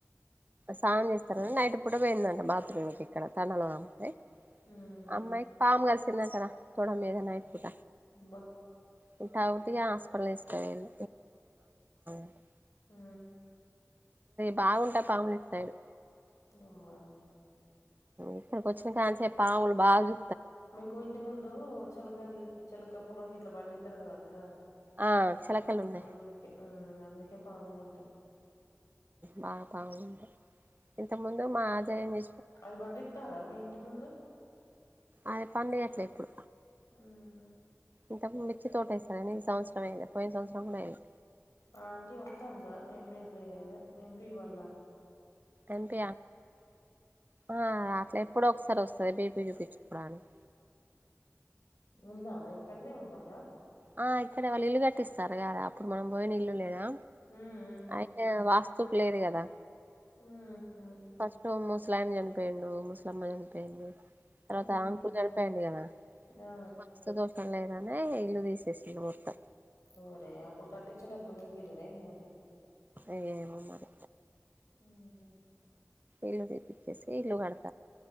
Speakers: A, on the right (about 35°); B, on the left (about 90°).
A: స్నానం చేస్తార <unintelligible> నైటు కూడ పోయిందండి బాత్రూమ్కి ఇక్కడ తనలో అమ్మాయి
B: మ్మ్
A: అమ్మాయికి పాము కరిసింది అక్కడ తొడ మీదనే అయి పూట
B: అబ్బ
A: <unintelligible> హాస్పిటల్ <unintelligible>
B: ఆ
A: బాగుంటాయ్ పాములు ఇటు సైడు
B: ఉమా
A: ఇక్కడికి వచ్చిన కానిసే పావులు బాజు
B: మీకు ఇంటి ముందు చలా గాలి చలక పులంగిట్ల బండితారు కదా అక్క
A: ఆ చిలకలు ఉన్నాయి
B: అందుకే అందుకే పాములు ఉంటాయి
A: బా బాగుంటంది ఇంతముందు మా అజయని.
B: అది బండి ఇస్తారా మీ ఇంటి ముందు.
A: అదే పండియట్లే ఇప్పుడు
B: ఉమ్మ్
A: ఇంతకు మిర్చి తోట ఎసాని ఈ సంవత్సరం ఎయల పోయిన సంవత్సరం కూడా ఎయలా
B: అంటీ వత్తుందా ఎమ్మెల్యేద ఎంపీ వల్ల
A: ఎంపి ఆ అట్లా ఎప్పుడ ఒకసారి వస్తది బీపీ చూపించుకోవాటనికి
B: ఉందా ఆమే ఇక్కడనే ఉంటుందా
A: ఆ ఇక్కడ వాళ్ళు ఇల్లు కట్టిస్తారు గదా అప్పుడు మనం పోయిన ఇల్లు లేదా
B: హ్మ్.
A: అయిన వాస్త చూప లేదు గదా.
B: హ్మ్మ్ హమ్
A: ఫస్ట్ ముసలాయన చనిపోయిండు ముస్లమ్మ చనిపోయింది
B: హ్మ్.
A: తర్వాత అంకులు చడిపాయండి గదా
B: ఆ!
A: వాస్తు దోష్ లేదానే ఇల్లు తీసేసిరి మొత్తం
B: ఒరే అప్పుడు కట్టించేటప్పుడు చూపిలేదా ఎంది
A: అయ ఏమి మరి
B: హుహు.
A: ఇల్లు తీపిచ్చేసి ఇల్లు కడత.